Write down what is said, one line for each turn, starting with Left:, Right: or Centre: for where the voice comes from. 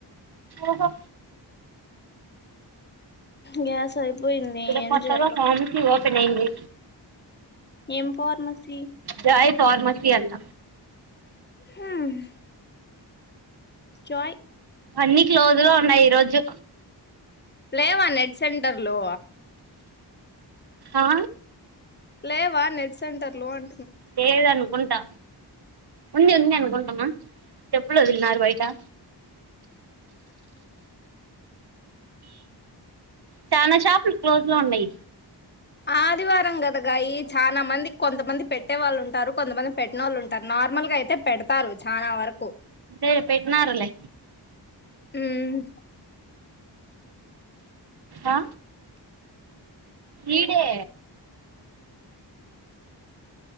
Right: ఓహో
Left: గ్యాస్ అయిపోయింది
Right: ఇక్కడ
Left: ఏం
Right: కొత్తగా
Left: చేయాల
Right: ఫార్మసీ ఓపెన్ అయింది
Left: ఏం ఫార్మసీ
Right: జాయ్ ఫార్మసి అంట
Left: హుమ్ జాయ్
Right: అన్నిీ క్లోజ్ లో ఉన్నాయి ఈరోోజు
Left: లేవా నెట్ సెంటర్ లు
Right: ఆ
Left: లేవా నెట్ సెంటర్లు అం
Right: లేేదను గుంటా ఉంది ఉంది అనుకుంటున్న చెప్పులు ఒదిలిన్నారుా బయటా చానా షాపులు క్లోజ్ లో ఉన్నాయి
Left: ఆదివారం కదాగాయి చాలా మంది కొంతమంది పెట్టే వాళ్ళు ఉంటారు కొంతమంది పెట్టనోళ్ళు ఉంటారు నార్మల్ లుగా అయితే పెడతారు చానా వరకు
Right: ఏ పెట్నాారులే
Left: హుమ్
Right: ఆ ఈడే